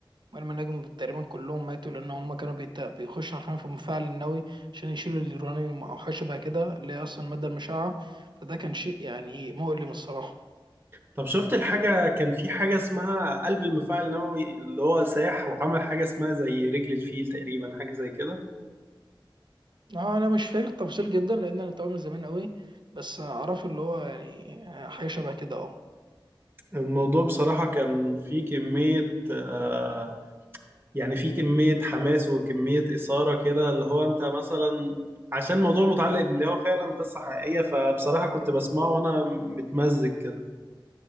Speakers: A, on the right; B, on the right.
A: عمال المناجم تقريبا كلهم ماتوا لان هم كانوا بيت... بيخشوا حرفيا في المفاعل النووي عشان يشيلوا اليورانيوم او حاجه بقى كده اللي هي اصلا الماده المشعه فده كان شيء يعني مؤلم الصراحه
B: طب شفت الحاجة كان في حاجة اسمها قلب المفاعل النووي اللي هو ساح وعمل حاجة اسمها زي رجل الفيل تقريبا حاجة زي كده
A: اه انا مش فاكر التفاصيل جدا لان انا تابعه من زمان قوي بس اعرف اللي هو يعني حاجه شبه كده اه
B: الموضوع بصراحة كان فيه كمية آه يعني فيه كمية حماس وكمية إثارة كده اللي هو أنت مثلا عشان الموضوع متعلق باللي هو فعلا قصة حقيقية فبصراحة كنت بسمعه وأنا متمزج كده